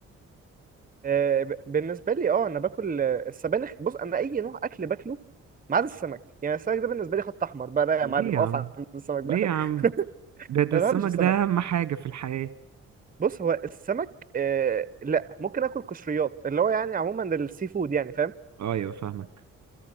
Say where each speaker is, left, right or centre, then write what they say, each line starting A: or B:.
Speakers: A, on the right; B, on the right.
A: آه، ب- بالنسبه لي اه انا باكل آه، السبانخ بص انا اي نوع اكل باكله ما عدا السمك يعني السمك ده بالنسبه لي خط احمر بقى لا
B: ليه
A: يا معلم
B: يا
A: اقف
B: عم
A: عند السمك
B: ليه
A: بقى
B: يا عم
A: <laughs>
B: ده ده
A: ما
B: السمك
A: بحبش السمك
B: ده اهم حاجة في الحياة
A: بص هو السمك آه لا ممكن اكل قشريات اللي هو يعني عموما السي فود يعني فاهم
B: اه يبقى فاهمك